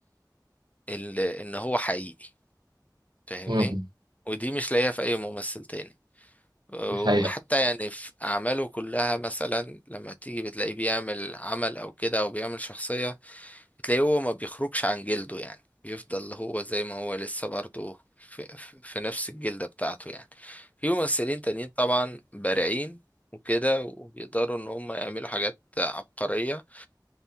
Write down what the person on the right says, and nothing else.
امم
دي حقيقه